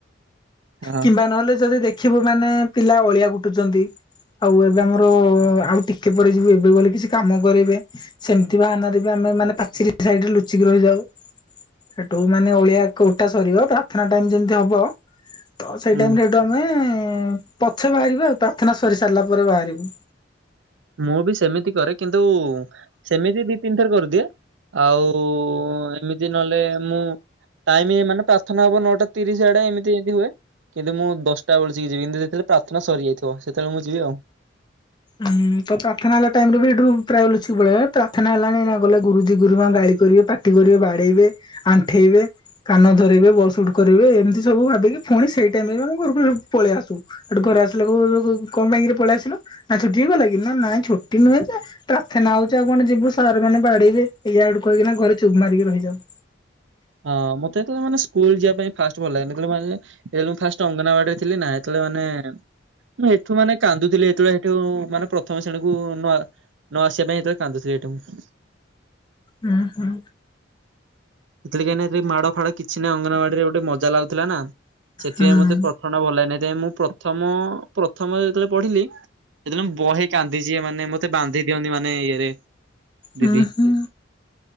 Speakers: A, on the right; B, on the left.
A: ହଁ
B: କିମ୍ବା ନହଲେ ଯଦି ଦେଖିବୁ। ମାନେ ପିଲା ଅଳିଆ ଗୋଟଉଚନ୍ତି। ଆଉ ଏବେ ଆମର ଆଉ ଟିକେ ପ ଯିବୁ ଏବେ ବ କିଛି କାମ କରବେ, ସେମିତି ବାହାନାରେ ବି ଆମେ ମାନେ ପାଚର ସାଇରେ ଲୁଚିକି ରହିଯାଉ। ସେଠୁ ମାନେ ଅଳିଆଟା ସରିବ ପ୍ରାର୍ଥନା ଟାଇମ ଯେମିତି ହବ ତ ସେଇ
A: ହୁଁ।
B: ଟାଇମରେ ଏଇଠୁ ଆମେ ପଛେ ବାହାରିବି ଆଉ ପ୍ରାର୍ଥନା ସରି ସାରିଲା ପରେ ବାହାରିବୁ।
A: ମୁଁ ବି ସେମିତି କରେ। କିନ୍ତୁ ସେମିତି ଦି ତିନି ଥର କରିଦିଏ। ଆଉ ଏମିତି ନହେଲେ ମୁଁ ଟାଇମ ମାନେ ପ୍ରାର୍ଥନା ହବ ନଅଟା ତିରିଶ ଆଡେ ଏମିତି ଏମିତି ହୁଏ। କିନ୍ତୁ ମୁଁ ଦଶଟା ବେସିକି ଯିବି କିନ୍ତୁ ଯେତେବେଳେ ପ୍ରାର୍ଥନା ସରିଯାଇଥିବ ସେତେବେଳେ ମୁଁ ଯିବି ଆଉ।
B: ହୁଁ ତ ପ୍ରାର୍ଥନା ହେଲା ଟାଇମ ରେ ବି ଏଠୁ ପ୍ରାୟ ଲୁଚିକକୁ ପଳେଇଲା ପ୍ରାର୍ଥନା ହେଲାଣି ନା ଗଲେ ଗୁରୁଜି ଗୁରୁମା ଗାଳି କରିବେ ପାଟି କରିବେ ବାଡେଇବେ ଆଣ୍ଠେଇବେ କାନ ଧରାଇବେ ବସ ଉଠ କରିବେ। ଏମିତି ସବୁ ଭାବିକି ପୁଣି ସେଇ ଟାଇମ ରେ ବି ଆମେ ଘର ପଳେଇ ଆସୁ ସେଠୁ ଘରେ ଆସିଲା କଣ ପାଇଁକ ପଳେଇ ଆସିଲୁ। ନା ଛୁଟି ଗଲା କି ନା ନାଇଁ ଛୁଟି ନୁହେଁ ଯେ ପ୍ରାର୍ଥନା ହଉଚି ଆଉ କଣ ଯିବୁ ସାର୍ ମାନେ ବାଡେଇବେ ଏଇଆ ଆଡୁ କହିକିନା ଘରେ ଚୁପ୍ ମାରିକି ରହିଯାଉ।
A: ହଁ ମତେ ଯେତେବେଳେ ମାନେ ସ୍କୁଲ ଯିବା ପାଇଁ ଫାଷ୍ଟ ଭଲ ଲାଗେନି। ଯେତେବେଳେ ମୁଁ ଫାଷ୍ଟ ଅଙ୍ଗନବାଡିରେ ଥିଲି ନା, ସେତେବେଳେ ମୁଁ ଏଠୁ ମାନେ କାନ୍ଦୁଥିଲି ଏଠୁ ଯଉ ମାନେ ପ୍ରଥମ ଶ୍ରେଣୀକୁ ନ ଆସି ନ ଆସିବା ପାଇଁତବେଳେ କାନ୍ଦୁିଥିଲି ମୁଁ।
B: ହୁଁ ହୁଁ।
A: ଏଥିଲେ କାହିଁକି ନା ମାଡ ଫାଡ କିଛି ନାହିଁ ଅଙ୍ଗନବାଡିରେ ଗୋଟେ ମଜା ଲାଗୁଥିଲା ନା। ସେଥିପାଇଁ
B: ହୁଁ
A: ମତେ ପ୍ରଥମ ଟା ଭଲ ଲାଗେ ନାହିଁ। ମୁଁ ପ୍ରଥମ ପ୍ରଥମ ଯେତେବେଳେ ପଢିଲି, ସେତେବେଳେ ମୁଁ ବହେ କାନ୍ଦିଚି। ମାନେ ମତେ ବାନ୍ଧି ଦିଅନ୍ତି ମାନେ ଇଏରେ।
B: ହୁଁ
A: ଦିଦି।
B: ହୁଁ।